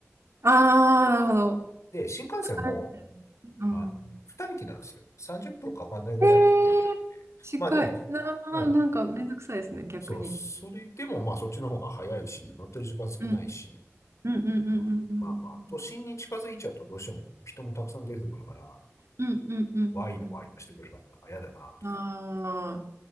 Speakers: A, on the right (about 65°); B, on the left (about 75°).
A: ああ、なるほど。
B: で、新幹線も、
A: 疲れてる。うん。
B: あの、二駅なんですよ。30分かかんないぐらいの距離だ。
A: えー、近い。
B: まあでも、
A: な、ななんかめんどくさいですね、
B: うん。
A: 逆に。
B: そう、それでもまあそっちの方が早いし、乗ってる時間少ないし、
A: うん。うんうんうんうんうんうん。
B: うん、まあまあ、都心に近づいちゃうとどうしても人もたくさん出てくるから、
A: うんうんうんうんうん。
B: ワイドワイドしてくるから、なんか嫌だなと。
A: ああ、